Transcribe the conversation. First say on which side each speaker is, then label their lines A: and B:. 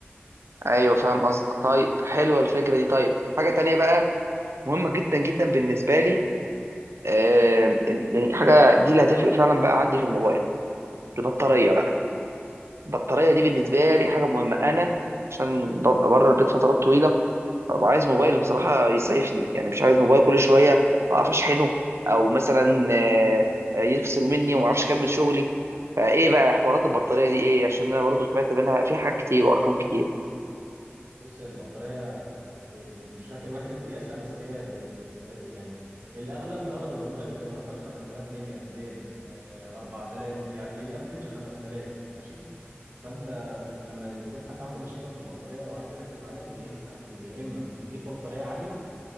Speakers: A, on the right; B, on the right.
A: ايوه فاهم قصدك طيب حلوه الفكره دي طيب حاجه تانية بقى مهمه جدا جدا بالنسبه لي آم، يعني حاجه دي اللي هتفرق فعلا بقى عندي في الموبايل البطاريه
B: ايه
A: بقى البطاريه دي بالنسبه لي حاجه مهمه انا عشان ببقى بره البيت فترات طويله ببقى عايز موبايل بصراحه يسعفني يعني مش عايز موبايل كل شويه اقف اشحنه او مثلا آه، آه، يفصل مني وما اعرفش اكمل شغلي فايه بقى حوارات البطاريه دي ايه عشان انا برضو سمعت منها فيها حاجات كتير وارقام كتير
B: بص هي البطارية إيه، مش فاكر وحدة قياسها بس هي بتت... يعني الأغلب أغلب البطاريات بتبقى مثلا 5000 ملي أمبير آه، 4000 يعني الأفريج 5000 ماشي فأنت لما يكون حد عنده مشكلة في البطارية أو عايز يركز عليها بيعمل حاجتين يا إما بيجيب بطارية عالية